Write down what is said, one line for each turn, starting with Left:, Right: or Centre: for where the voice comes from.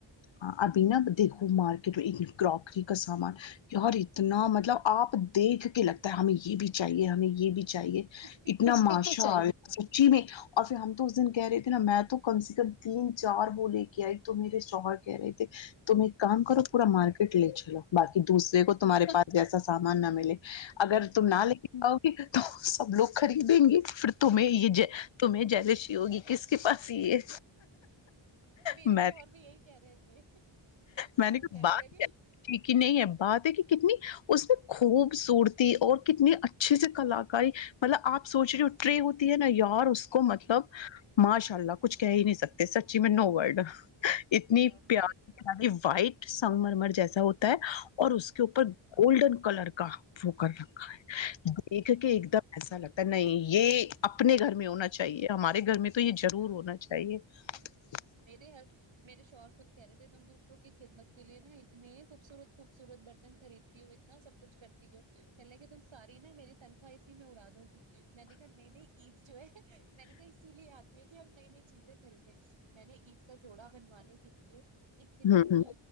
Left: ہاں ابھی نا دیکھو مارک کروکری کا سامان اور اتنا مطلب آپ دیکھ کے لگتا ہے ہمیں یہ بھی چاہیے ہمیں یہ بھی چاہیے
Right: یہ
Left: اتنا
Right: بھی چاہیے
Left: ماشاء سچی میں اور پھر ہم تو اس دن کہہ رہے تھے نا میں تو کم سے کم تین چار وہ لے کے آئے تو میرے سر کے رہی تم ایک کام کرو پورا مارکٹ لے چو بای دوسرے کو تمہارے پاس جیسا سامان نہ ملے اگر تم نہ لے کے آاؤ گی تو سب لوگ خریدیں گے پھر تمہیں یہ تمہیں جیلشی ہوگی کس کے پاس یہ
Right: میر
Left: میں
Right: شوہر بھی یہ کیا رہے تھے
Left: میں
Right: وہ
Left: نے کہ
Right: کہنے
Left: بات
Right: لگے
Left: کیا ھیک کہ نہیں ہے بات ہے کہ کتنی اس میں خوبصورتی اور کتنی اچھے سے کلاکاری مطلب آپ سوچ رہے ٹرے ہوتی ہے نا یار اس کو مطلب ماشاء اللہ کچھ کہہ ہی نہیں سکتے سچی میں نو ورڈ اتنی
Right: ہاں،
Left: پیار
Right: میرے
Left: وائٹ سنگ مرمر جیسا ہوتا ہے اور اس کے اوپر گولڈن کلر کا وہ کر رہا دیکھ کے ایک دم ایسا لگتا نہیں یہ اپنے گھر میں ہونا چاہیے ہمارے گھر میں تو یہ ضرور ہونا چاہیے <unintelligible>
Right: میرے ہر میرے شوہر خود کہہ رہے تھے تم دوسروں کی خدمت کے لیے نا اتنے ہی خوبصورت خوبصورت برتن خرید تی ہوں اتنا سب کچھ کرتی کہ ل کہ تم ساری نا میری تنخواہ اسی میں اڑا دو گی میں نے کہا نئی نئی عید جو ہے میں نے کہا اسی لیے آتی ہے کہ ہم نئی نئی چیزیں خریدیں <unintelligible> میں نے عید کا جوڑا بنوانے کے لیے اتنی
Left: ہوں